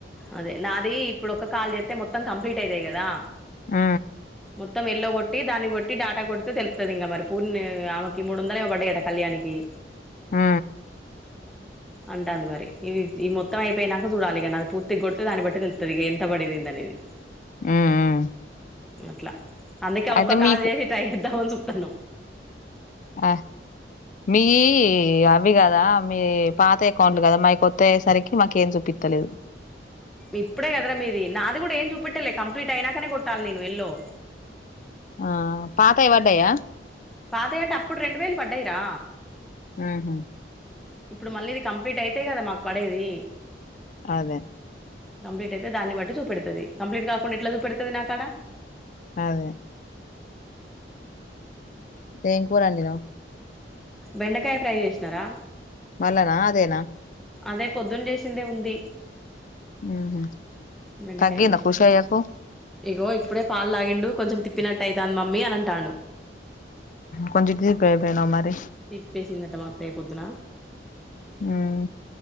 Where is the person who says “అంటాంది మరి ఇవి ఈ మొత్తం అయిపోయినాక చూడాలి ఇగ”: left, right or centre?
Centre